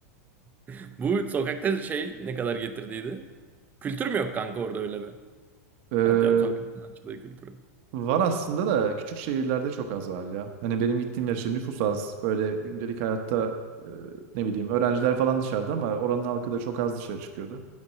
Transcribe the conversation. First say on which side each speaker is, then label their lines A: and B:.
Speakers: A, on the right; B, on the right.
A: <laughs> Bu sokakta şey ne kadar getirdiydi? Kültür mü yok kanka orada öyle bir?
B: Ee,
A: Atıyorum sokak sanatçılığı kültürü.
B: var aslında da küçük şehirlerde çok az var ya. Hani benim gittiğim yer işte nüfus az. Böyle gündelik hayatta e, ne bileyim öğrenciler falan dışarıda ama oranın halkı da çok az dışarı çıkıyordu.